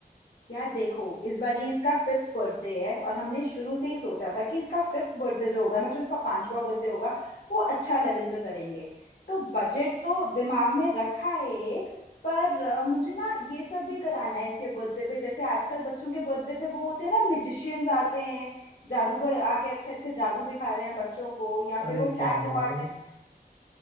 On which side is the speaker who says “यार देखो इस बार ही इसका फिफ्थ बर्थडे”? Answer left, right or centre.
Left